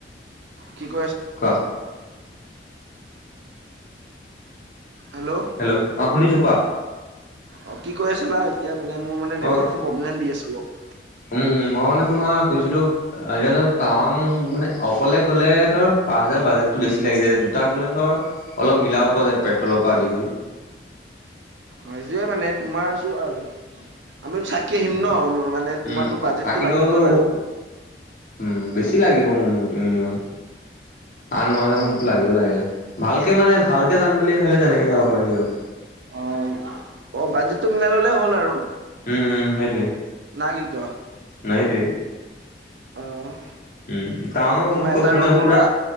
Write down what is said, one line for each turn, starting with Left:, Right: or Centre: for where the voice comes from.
Right: কি কৈ আছ
Left: কোৱা।
Right: হেল্ল'?
Left: হেল্ল'? অ' শুনিছোঁ কোৱা।
Right: অ' কি কৈ আছিলা? এতিয়া মানে মোৰ মানে
Left: মই
Right: নেটৱৰ্কটো প্ৰব্লেম দি আছিল অলপ।
Left: উম - উম, মই মানে তোমাৰ কৈছিলোঁ এতিয়াতো টাৱাং মানে, অকলে গ'লে ধৰ পাঁচ হাজাৰ বাজেটটো বেছি লাগি যায়। এতিয়া দুটা গ'লে ধৰ অলপ মিলাব পৰা যায়, পেট্ৰলৰ পৰা আদি কৰি।
Right: অ' সেইটোৱে মানে তোমাৰ চোৱা আৰু। আমিতো থা কি আহিম
Left: উম,
Right: ন', মানে তোমাৰতো
Left: উম,
Right: বাজেটটো
Left: থাকিলেওতো
Right: লাগিবই বাৰু।
Left: উম, বেছি লাগিব মোৰ মতে মিনিমাম। আঠ-ন হাজাৰ
Right: অ
Left: মানতো লাগিব লাগে। ভালকে মানে ভালকে
Right: অ
Left: যাম বুলি ভাবিলে তেনেকে যাব পাৰি আৰু।
Right: অ'। অ' বাজেটটো মিলাই ল'লেই হ'ল আৰু।
Left: উম, উম, সেইটোৱে
Right: না কি ক?
Left: সেইটোৱে।
Right: অ'।
Left: উম, টাৱাঙত
Right: তোমাৰ
Left: ক'ত
Right: এটা
Left: মানে
Right: ৰুম
Left: পুৰা-
Right: ললা